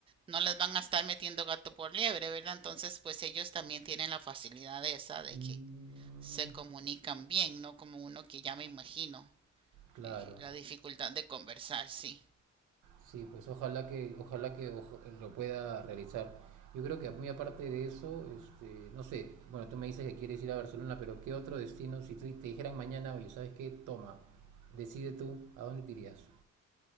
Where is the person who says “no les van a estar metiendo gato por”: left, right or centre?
Right